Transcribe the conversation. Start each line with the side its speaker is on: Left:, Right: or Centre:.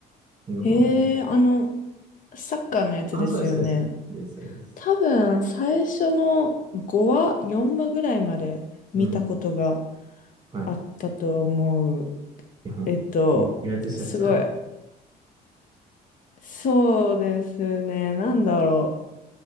Left: <laughs>
Right: 今わかります。
Left: へえ、あの、サッカーのやつですよね。
Right: あ、そうです、そうです。それです、
Left: 多分、最初の5話、4話ぐらいまで見たことが
Right: うん。はい。
Left: あったと思う。
Right: 日本。
Left: えっと、
Right: 離脱しちゃった。
Left: すごい。そうですね。なんだろ